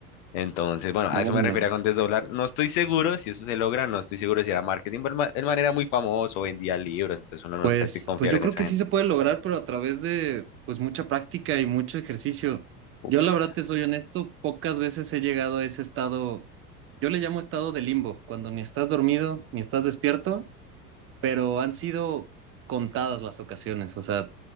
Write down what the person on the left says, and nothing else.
Entonces, bueno, a
eso me refería con desdoblar. No estoy seguro si eso se logra, no estoy seguro si era marketing, pero el ma- el man era muy famoso, vendía libros, entonces uno no
sabe si confiar
en
esa
gente.
Uf.